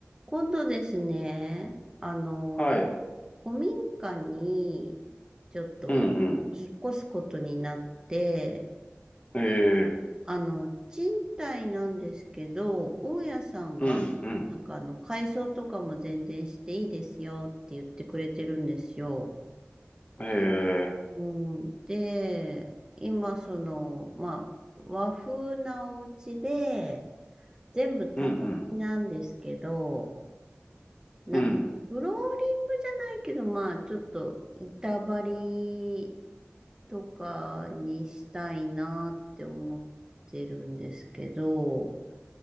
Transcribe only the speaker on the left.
はい。
うんうん。えー、
うんうん。
えー、
うんうん。
うん。